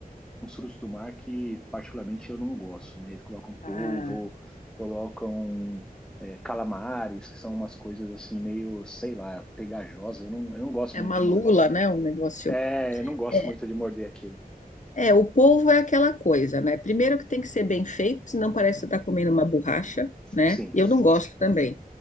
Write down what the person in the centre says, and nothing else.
uns frutos do mar que particularmente eu não gosto, né? Eles colocam polvo,
colocam é, calamares, que são umas coisas assim meio, sei lá, pegajosa Eu não, eu não gosto
muito
de
morder.
É, eu não gosto
muito de morder aquilo.
Sim,